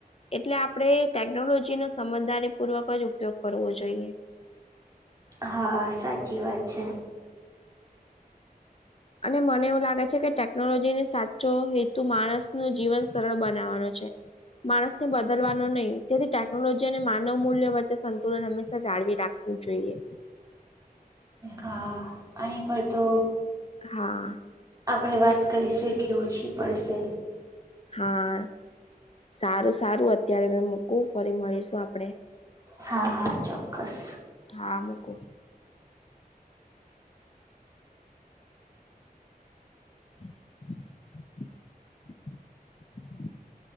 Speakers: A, on the left (about 40°); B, on the right (about 20°).
A: એટલે આપણે ટેકનોલોજી નો સમજદારી પૂર્વક જ ઉપયોગ જોઈએ.
B: હા સાચી વાત છે.
A: અને મને એવું લાગે છે કે ટેકનોલોજીને સાચો હેતુ માણસ નુ જીવન સરળ બનાવવાનો છે. માણસ ને બદલવાનો નઈ તેથી ટેકનોલોજી અને માનવ મૂલ્ય વચ્ચે સંતુલન હંમેશા જાળવી રાખ વુ જોઈએ,
B: હા અહીં પર તો
A: હા
B: આપડે વાત કરીશું, કે ઓછી પડશે,
A: હા સારું સારું અત્યારે મે મૂકું ફરી મળીશું આપડે,
B: હા હા ચોક્કસ
A: હા મૂકુ <inaudible> <unintelligible> <inaudible> <unintelligible>